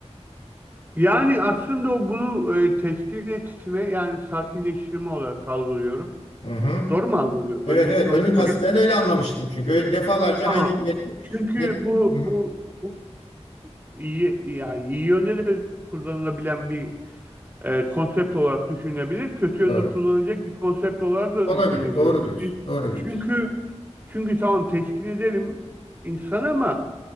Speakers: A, on the right; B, on the left.
A: Yani aslında o bunu e, teskin etme yani sakinleştirme olarak algılıyorum.
B: Hı hı.
A: Doğru mu algılıyorum?
B: Evet
A: Öncelikle
B: evet onu
A: onu sorayım.
B: kas ben öyle anlamıştım çünkü öyle defalarca
A: Tamam.
B: aynı metni.
A: Çünkü
B: metni-
A: bu
B: Hı
A: bu
B: hı.
A: bu iyi yani iyi yönde de kullanılabilen bir e, konsept olarak düşünülebilir. Kötü yönde
B: Doğru.
A: kullanılacak bir konsept olarak da
B: Olabilir.
A: düşünülebilir.
B: Doğru diyorsun. Doğru diyorsun.
A: Çünkü çünkü tamam teskin edelim insan ama